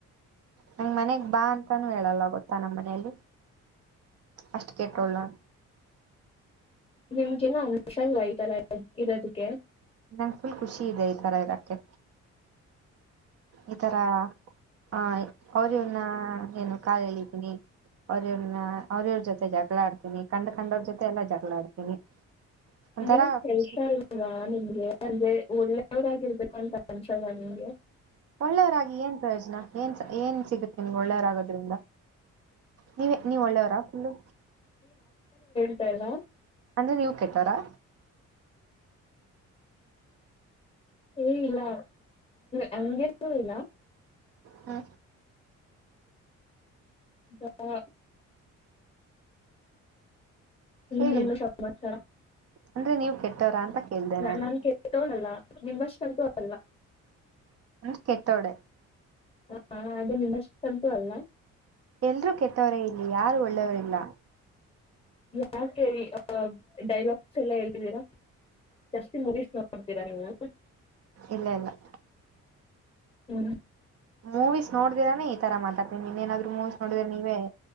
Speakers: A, on the right (about 55°); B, on the left (about 20°).
A: ನನ್ ಮನೆಗ್ ಬಾ ಅಂತಾನೂ ಹೇಳಲ್ಲ ಗೊತ್ತಾ ನಮ್ಮ್ ಮನೇಲಿ. ಅಷ್ಟು ಕೇಟ್ಟೊಳ.
B: ನಿಮ್ ಎನ್ ಅನ್ಸಲ್ವ ಈತರ ಇರೋದುಕ್ಕೆ.
A: ನಂಗ್ ಫುಲ್ ಖುಷಿ ಇದೆ ಇತರ ಇರಕ್ಕೆ ಇತರ. ಹಾ ಅವ್ರ ಇವನ್ನ ಏನು ಕಾಲ ಹೇಳಿದ್ದೀನಿ. ಅವ್ರವ್ರನ ಅವ್ರವ್ರ ಜೊತೆ ಜಗಳ ಆಡ್ತೀನಿ ಕಂಡ ಕಂಡವ್ರ ಜೊತೆ ಎಲ್ಲಾ ಜಗಳ ಆಡ್ತೀನಿ ಒಂಥರ
B: ಅಲ್ಲ ಜೈಸಲ್
A: ಖುಷಿ
B: ನಿಮಗೆ ಅಂದ. ಒಳ್ಳನೆಯವರಾಗಿರ್ಬೇಕ ಅಂತ ಅನ್ಸಲ್ಲ ನಿಮಗೆ.
A: ಒಳ್ಳೆಯರಾಗಿ ಏನ್ ಪ್ರಯೋಜನ ಏನ್ ಏನ್ ಸಿಗುತ್ತೆ ನಿಮ್ಗೆ ಒಳ್ಳೆಯರಾಗೋದ್ರಿಂದ. ನೀವ ನೀವ ಒಳ್ಳೆಯವರಾ ಫುಲ್ಲು.
B: ಲ್ಲ
A: ಅಂದ್ರೆ ನೀವು ಕೆಟೋರಾ
B: ಏ ಇಲ್ಲ ಹಗೆಸೂ ಇಲ್ಲ
A: ಹ್ಮ
B: ಹಾ ಹ್ಮ್
A: ಹೇಳಿ
B: ಎಲ್ಲ ಸಮಾಚಾರ
A: ಅಂದ್ರೆ ನೀವು ಕೆಟ್ಟೋರಾ ಅಂತ ಕೇಳ್ದೆ
B: ನ
A: ನಾನು
B: ನನ್ ಕೆತಲ್ಲ ನಿಮ್ಮಷ್ಟೆಂತೂ ಅಲ್ಲ
A: <inaudible> ಕೆಟ್ಟೋಳೆ
B: ಹ ಅದು ನಿಮ್ಮಷ್ಟಂತು ಅಲ್ಲ.
A: ಎಲ್ರೂ ಕೆಟ್ಟವರೇ ಇಲ್ಲಿ ಯಾರು ಒಳ್ಳೆಯವರಿಲ್ಲ.
B: ಯಾಕ ಹೇಳಿ ಅ ಡೈಲಾಗ್ಸ್ ಎಲ್ಲ ಹೇಗಿದ್ದೀರಾ? ಜಾಸ್ತಿ ಮುಗೀಸ್ ನೋಡ್ತೀರಾ ನೀವು?
A: ಇಲ್ಲ ಇಲ್ಲ
B: ಹ್ಞೂ
A: ಮೂವೀಸ್ ನೋಡಿದಿರಾನೇ ಈ ತರ ಮಾತಾಡ್ತಿ ನೀನ್ನೇನಾದ್ರು ಮೂವೀಸ್ ನೋಡಿದ್ರ ನೀವೇ